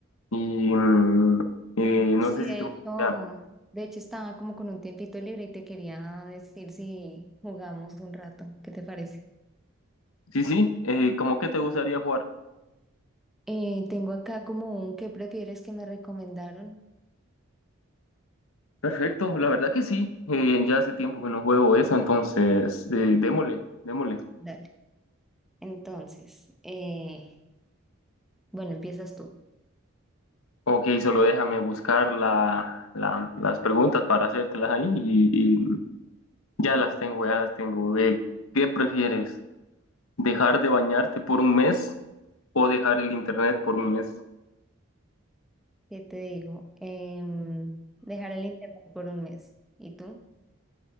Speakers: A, on the left; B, in the centre.
A: y mm, eh, no
B: Sí,
A: sé si
B: de
A: te gustaría,
B: hecho, de hecho estaba como con un tiempito libre y te quería decir si jugamos un rato, ¿qué te parece?
A: sí, sí, eh, ¿cómo que te gustaría jugar?
B: Eh, tengo acá como un ¿qué prefieres que me recomendaron?
A: Perfecto, la verdad que sí, eh, ya hace tiempo que no juego eso, entonces eh, démosle, démosle.
B: Dale. Entonces, eh, bueno, empiezas tú.
A: Ok, solo déjame buscar la, la- las preguntas para hacértelas ahí y, Ya las tengo, ya las tengo. Eh, ¿qué prefieres? ¿Dejar de bañarte por un mes o dejar el internet por un mes?
B: ¿Qué te digo? Em, dejar el internet por un mes. ¿Y tú?